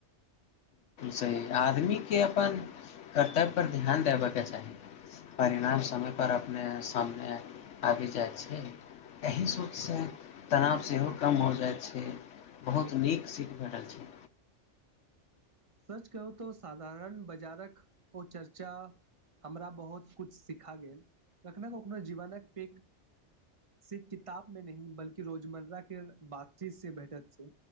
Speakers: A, on the left; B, on the right.
A: सही आदमीके अपन कर्तव्य पर ध्यान देबयके चाही परिणाम समय पर अपने सामने आबि जाइ छै एहि सोचसँ तनाव सेहो कम हो जाइ छै बहुत नीक सीख भेटल छै
B: सर्च कहू तऽ साधारण बाजारक ओ चर्चा हमरा बहुत कुछु सिखा गेल कखनो कखनो जीवनक प सिर् किताब मे न बल्कि रोजमर्राके बातचीत से भेटत छै